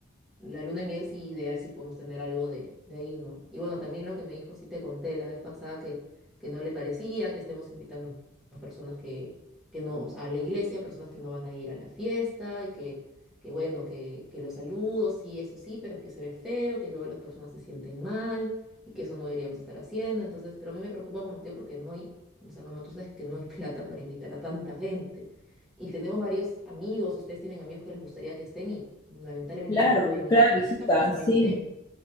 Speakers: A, in the centre; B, on the left (about 15°).
A: la luna de miel sí, ideal si podemos tener algo de, de ahí, ¿no? Y bueno, también lo que me dijo, sí te conté la vez pasada que, que no le parecía que estemos invitando a personas que, que no, o sea, a la iglesia, personas que no van a ir a la fiesta y que, que bueno, que, que los saludos, sí, eso sí, pero es que se ve feo, que luego las personas se sienten mal y que eso no deberíamos estar haciendo. Entonces, pero a mí me preocupa como tío porque no hay, o sea, mamá, tú sabes que no hay <laughs> plata para invitar a tanta gente. Y tenemos varios amigos, ustedes tienen amigos que les gustaría que estén y lamentablemente
B: Claro,
A: no pueden
B: claro,
A: ir a la
B: hijita,
A: fiesta porque no
B: sí.
A: hay dinero.